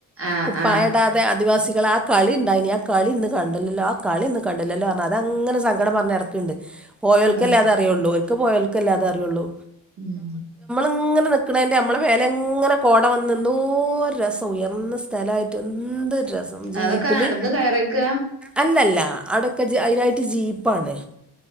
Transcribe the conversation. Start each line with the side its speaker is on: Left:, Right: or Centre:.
Right: ആഹ്
Centre: കുപ്പായടാതെ
Right: ആഹ്
Centre: ആദിവാസികൾ ആ കളി ഉണ്ടായിനി ആ കളി ഇന്ന് കണ്ടില്ലല്ലോ ആ കളി ഇന്ന് കണ്ടില്ലല്ലോ പറഞ്ഞാൽ അത് അങ്ങനെ സങ്കടം പറഞ്ഞു നടക്കുണ്ട് പോയൽക്കല്ലാതെ
Right: ആഹ്
Centre: അറിയുള്ളൂ ഒർക്ക് പോയൽക്കല്ലാതെ അറിയുള്ളൂ
Right: ഉം
Centre: ഇങ്ങനെ നിക്കണൻ്റെ നമ്മളെ വല എങ്ങനെ കോട വന്ന് എന്തോ രസം ഉയർന്ന സ്ഥലമായിട്ട് ഇൻഡ ജീപ്പില്
Right: അതൊക്കെ നടന്ന് കയറിയേക്കാ
Centre: അല്ലല്ല അവിടെക്കെ അതിനായിട്ട് ജീപ്പാണ്